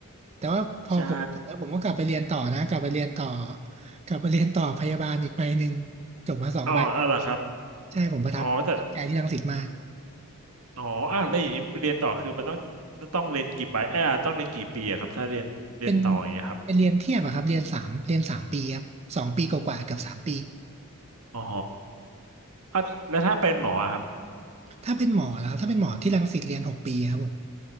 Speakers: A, on the right; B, on the right.
A: แต่ว่าพอผมจบแล้วผมก็กลับไปเรียนต่อนะ
B: ใช่
A: กลับไปเรียนต่อ กลับไปเรียนต่อพยาบาลอีกใบหนึ่งจบมาสองใบ
B: อ๋ออ๋อเหรอครับ
A: ใช่ผมประทับประทับใจที่รังสิตมาก
B: อ๋อแต่อ๋ออ่ะแล้วอย่างนี้เรียนต่อคือมันต้องต้องเรียนกี่ใบเอ้ยอ่ะต้องเรียนกี่ปีอะครับถ้าเรียนเรียนต่ออย่างเงี้ยครับ
A: เป็นเป็นเรียนเทียบอะครับเรียนสามเรียนสามปีครับสองปีกว่าๆเกือบสามปี
B: อ๋ออ่ะแล้วถ้าเป็นหมออะครับ
A: ถ้าเป็นหมอแล้วครับถ้าเป็นหมอที่รังสิตเรียนหกปีครับผม